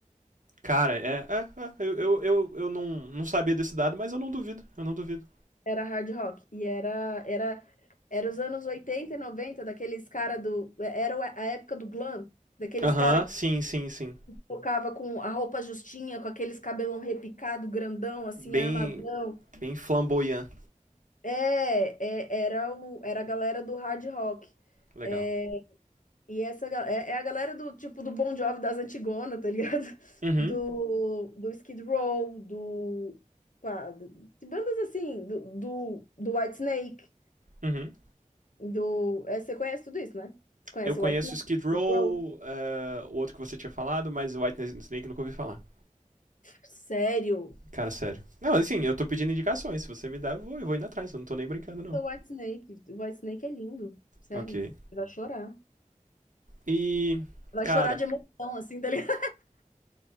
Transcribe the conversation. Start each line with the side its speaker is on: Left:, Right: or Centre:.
Right: Cara, é, é, é eu, eu, eu, eu não, não sabia desse dado, mas eu não duvido, eu não duvido.
Left: Era hard rock. E era, era, era os anos 80 e 90, daqueles cara do. Era a época do glam, daqueles
Right: Aham,
Left: cara que
Right: sim, sim, sim.
Left: tocava com a roupa justinha, com aqueles cabelão repicado, grandão, assim,
Right: Bem,
Left: armadão.
Right: bem flamboyant.
Left: É, é, era, o, era a galera do hard rock.
Right: Legal.
Left: É, E essa ga- é, é a galera do tipo do Bon Jovi das Antigona, tá ligado? <laughs>
Right: Uhum,
Left: Do, do Skid Row, do, pá, do- de bandas assim, do, do, do Whitesnake,
Right: uhum.
Left: do. É, você conhece tudo isso, né? Você conhece
Right: Eu conheço
Left: o Whitesnake?
Right: Skid Row,
Left: Skid Row?
Right: eh, o outro que você tinha falado, mas White Snake eu nunca ouvi falar.
Left: Sério?
Right: Cara, sério. Não, assim, eu tô pedindo indicações. Se você me dá, eu vou, eu vou indo atrás. Eu não tô nem brincando, não.
Left: Então, Whitesnake. O Whitesnake é lindo. Sério.
Right: Ok.
Left: Você vai chorar.
Right: E,
Left: Vai
Right: cara,
Left: chorar de emoção, assim, tá ligado?